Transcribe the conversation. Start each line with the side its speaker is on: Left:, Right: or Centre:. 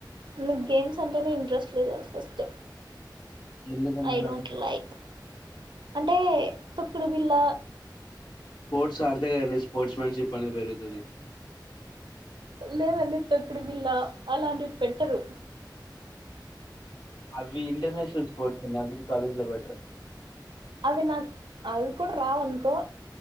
Right: నాక్ గేమ్స్ అంటేనే ఇంట్రెస్ట్ లేదు ఫస్ట్
Left: ఎందుకండి
Right: ఐ
Left: అలాగా?
Right: డోంట్ లైక్ అంటే తొక్కుడు బిల్ల
Left: స్పోర్ట్స్ ఆడితే కదండి స్పోర్ట్స్ మ్యాన్షిప్ అనేది పెరుతాది.
Right: లేదండి తొక్కుడి విల్లా అలాంటివి పెట్టరు.
Left: అవి ఇంటర్నేషనల్ స్పోట్ నాంటివి కాలేజ్ లో వెట్రర్
Right: అవి నాక్ అవి కూడా రావనుకో